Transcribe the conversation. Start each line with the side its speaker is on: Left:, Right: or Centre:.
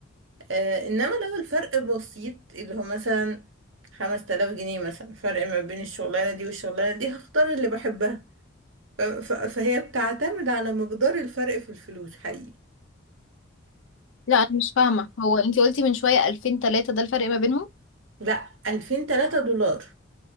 Right: آه إنما لو الفرق بسيط اللي هو مثلا خمس تلاف جنيه مثلا فرق ما بين الشغلانة دي والشغلانة دي هختار اللي بحبها ف- ف- فهي بتعتمد على مقدار الفرق في الفلوس حقيقي
Left: لا انا مش فاهمة هو انتي قلتي من شوية 2000 3 ده الفرق ما بينهم
Right: لا 2000 3 دولار